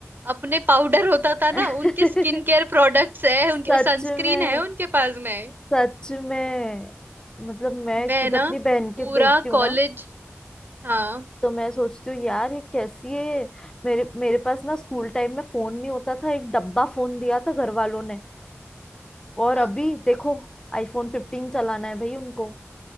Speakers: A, on the right; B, on the left.
A: अपने पाउडर होता था
B: थे
A: ना उनके स्किन केयर
B: <laughs>
A: प्रोडक्ट्स है उनके
B: सच
A: सनस्क्रीन
B: में
A: है उनके पास में
B: सच में मतलब मैं
A: मैं
B: खुद
A: ना
B: अपनी बहन
A: पूरा
B: के देखती हूँ
A: कॉलेज
B: ना
A: हाँ
B: तो मैं सोचती हूँ यार ये कैसी है मेरे मेरे पास ना स्कूल टाइम में फोन नहीं होता था एक डब्बा फोन दिया था घर वालों ने और
A: हाँ
B: अभी देखो आईफोन फिफ्टीन चलाना है भाई उनको